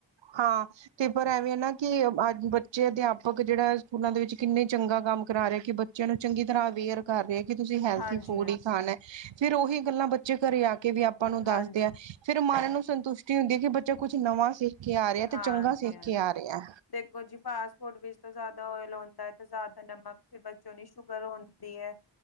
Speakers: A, on the right (about 80°); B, on the left (about 55°).
A: ਹਾਂ, ਤੇ ਪਰ ਐਵੇਂ ਏਨਾ ਕਿ, ਅੱਜ ਬੱਚੇ ਅਧਿਆਪਕ ਜਿਹੜਾ ਸਕੂਲਾਂ ਦੇ ਵਿਚ ਕਿਨੇ ਚੰਗਾ ਕੰਮ ਕਰਾਰੇ ਕਿ ਬੱਚਿਆਂ ਨੂ ਚੰਗੀ ਤਰਾਂ ਅਵੇਅਰ ਕਰ ਰਿਹਾ, ਕਿ ਤੁਸੀਂ ਹੈਲਥੀ
B: ਹਾਂਜੀ
A: ਫੂਡ
B: ਹਾਂਜੀ
A: ਈ ਖਾਨਾ, ਫੇਰ ਓਹੀ ਗੱਲਾਂ ਬੱਚ ਬੱਚੇ ਘਰੇ ਆ ਕੇ ਵੀ ਆਪਾਂ ਨੂੰ ਦੱਸਦੇ
B: ਹਾਂਜੀ
A: ਐ, ਫੇਰ ਮਨ
B: ਹਾਂਜੀ
A: ਨੂੰ ਸੰਤੁਸ਼ਟੀ ਹੁੰਦੀ ਐ, ਕਿ ਬੱਚਾ ਕੁਛ ਨਵਾਂ ਸਿ ਕੇ ਆ ਰਿਹਾ, ਤੇ
B: ਹਾਂਜੀ
A: ਚੰਗਾ ਸਿੱਖ
B: ਹਾਂਜੀ
A: ਕੇ ਆ ਰਿਹਾ।
B: ਦੇਖੋ ਜੀ ਫਾਸਟ ਫੂਡ ਵਿਚ ਤੇ ਜਾਦਾ ਓਏਲ ਹੁੰਦਾ, ਤੇ ਜਾਦਾ ਨਮਕ, ਫੇਰ ਬੱਚੋਂ ਨੂੰ ਸ਼ੂਗਰ ਹੋਨ ਦੀ ਐ